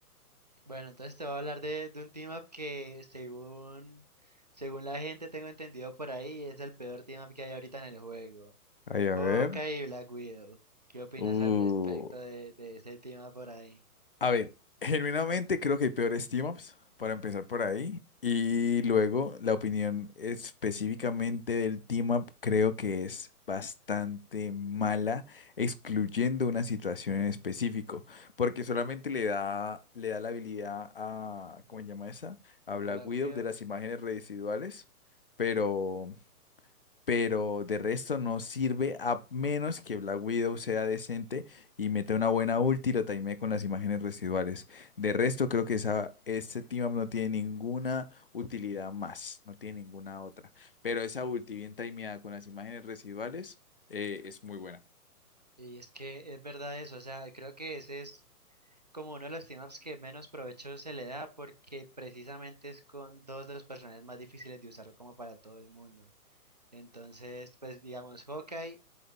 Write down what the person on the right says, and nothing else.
Bueno, entonces te voy a hablar de, de un team-up que según, según la gente tengo entendido por ahí, es el peor team-up que hay ahorita en el juego.
Hawkeye
y Black Widow. ¿Qué opinas
al respecto de, de ese team-up por ahí?
Hola,
Widow.
Y es que es verdad eso, o sea, creo que ese es como uno de los team-ups que menos provecho se le da porque precisamente es con dos de los personajes más difíciles de usar como para todo el mundo. Entonces, pues digamos, Hawkeye